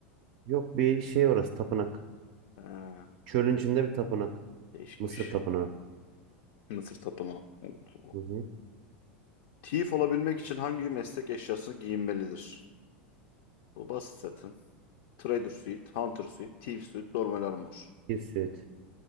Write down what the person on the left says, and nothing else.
Ha,
değişikmiş.
Mısır tapınağı. Allah.
Thief olabilmek için hangi meslek eşyasını giyinmelidir? Bu basit zaten. Trader suit, hunter suit, thief suit, normal armor.